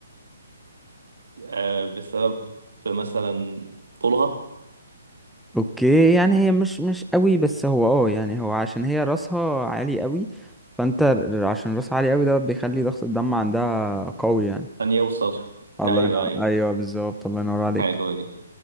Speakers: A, on the right; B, in the centre.
A: آه بسبب مثلا طولها
B: اوكي يعني هي مش مش قوي بس هو اه يعني هو عشان هي راسها عالي قوي فانت ر- عشان راسها عالي قوي ده بيخلي ضغط الدم عندها قوي يعني
A: أن يوصل
B: الله
A: أيوه
B: ينور
A: أيوه
B: ايوه بالظبط الله ينور عليك
A: حلوة دي